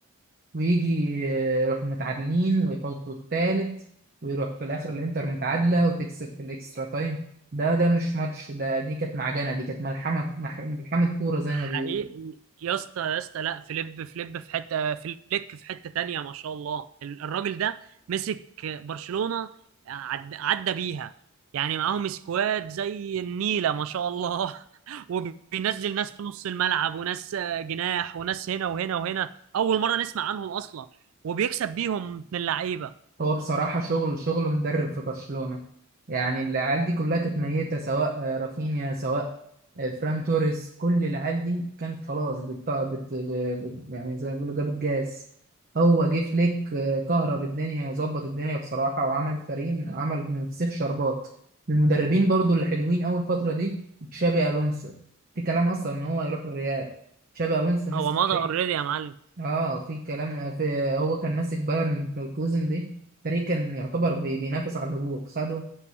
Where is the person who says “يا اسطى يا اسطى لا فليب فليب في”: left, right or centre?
Right